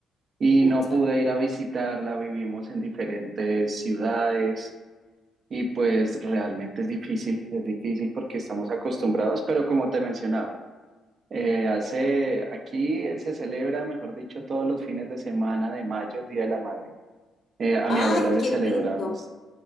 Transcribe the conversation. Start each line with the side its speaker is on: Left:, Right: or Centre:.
Right: y
Left: Pucha.
Right: no pude ir a visitarla, vivimos en diferentes ciudades Y pues realmente es difícil, es difícil porque estamos acostumbrados, pero como te mencionaba, eh, hace, aquí se celebra, mejor dicho, todos los fines de semana de mayo, el Día de la Madre. Eh, a
Left: Ah,
Right: mi abuela le
Left: qué
Right: celebramos,
Left: lindo.